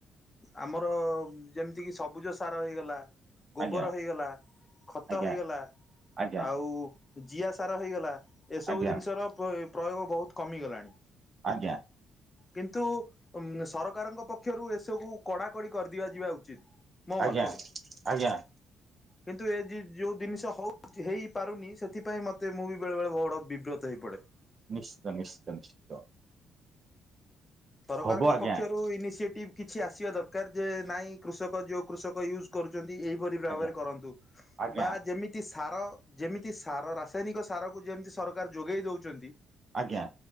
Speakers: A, on the left; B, on the right.
A: ଆମର ଯେମିତି କିି ସବୁଜ ସାର ହେଇଗଲା। ଗୋବର
B: ଆଜ୍ଞା
A: ହେଇଗଲା ଖତ
B: ଆଜ୍ଞା
A: ହେଇଗଲା
B: ଆଜ୍ଞା
A: ଆଉ ଜିଆ ସାର ହେଇଗଲା ଏସବୁ
B: ଆଜ୍ଞା
A: ଜିନିଷର ପ ଏ ପ୍ରୟୋଗ ବହୁତ କମିଗଲାଣି।
B: ଆଜ୍ଞା।
A: କିନ୍ତୁ ସରକାରଙ୍କ ପକ୍ଷରୁ ଏସବୁ କଡାକଡି କରିଦିଆ ଯିବା ଉଚିତ। ମୋ
B: ଆଜ୍ଞା
A: ମତରେ।
B: ଆଜ୍ଞା
A: କିନ୍ତୁ ଏ ଜି ଯଉ ଜିନିଷ ହଉ -ହେଇପାରୁନି ସେଥିପାଇଁ ମତେ ମୁଁ ବି ବେଳେବେଳେ ବଡ଼ ବିବ୍ରତ ହେଇ ପଡେ।
B: ନିଶ୍ଚିତ ନିଶ୍ଚିତ ନିଶ୍ଚିତ।
A: ସରକାରଙ୍କ
B: ହବ ଆଜ୍ଞା
A: ପକ୍ଷରେ କିନ୍ତୁ ଇନସିଏଟିଭ କିଛି ଆସିବା ଦରକାର ଯେ ନାଇଁ କୃଷକ ଯୋଉ କୃଷକ ୟୁଜ୍ କରୁଛନ୍ତି ଏଇ ଠିକ ଭାବରେ
B: ଆଜ୍ଞା
A: କରନ୍ତୁ।
B: ଆଜ୍ଞା
A: ବା ଯେମି ତି ସାର ଯେମିତି ସାର ରାସାୟନିକ ସାରକୁ ଯେମିତି ସରକାର ଯୋଗେଇ ଦଉଛନ୍ତି
B: ଆଜ୍ଞା।